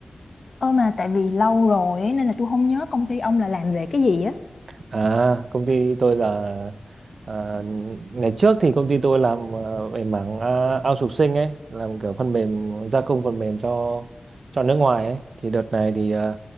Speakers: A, on the left (about 65°); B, on the right (about 80°).
A: Ơ mà tại vì lâu rồi ấy, nên là tôi không nhớ công ty ông là làm về cái gì á.
B: à công ty tôi là à, ngày trước thì công ty tôi làm à, về mảng à, outsourcing ấy làm kiểu phần mềm gia công phần mềm cho cho nước ngoài ấy thì đợt này thì à,